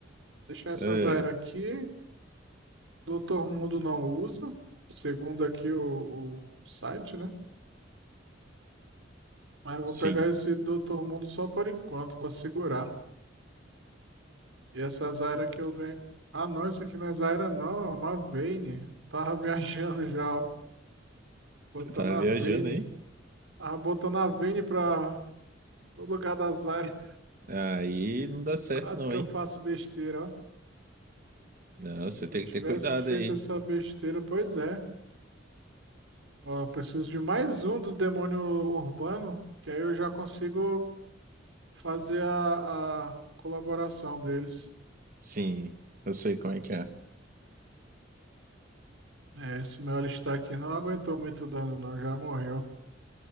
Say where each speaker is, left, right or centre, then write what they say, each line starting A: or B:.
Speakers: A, on the right; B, on the right.
A: Deixar essa
B: É,
A: Zaira aqui. Doutor Mundo não usa, segundo aqui o, o site, né? Mas eu
B: sim.
A: vou pegar esse Doutor Mundo só por enquanto, para segurar. E essa Zaira que eu ganho. Ah, não, isso aqui não é Zaira, não. É uma Vayne. Tava <laughs> viajando já, ó. Botando
B: Você tava
A: a
B: viajando,
A: Vayne.
B: hein?
A: Ah, botando a Vini pra... no lugar da Zyra.
B: Aí não
A: <laughs>
B: dá certo
A: Quase
B: não,
A: que
B: hein?
A: eu faço besteira, ó.
B: Não, você
A: Se
B: tem
A: eu tivesse
B: que ter cuidado
A: feito
B: aí.
A: essa besteira, pois é. Ó, eu preciso de mais um do demônio urbano, que aí eu já consigo fazer a, a colaboração deles.
B: Sim, eu sei como é que é.
A: É, esse meu alistar aqui não aguentou muito dano, não. Já morreu.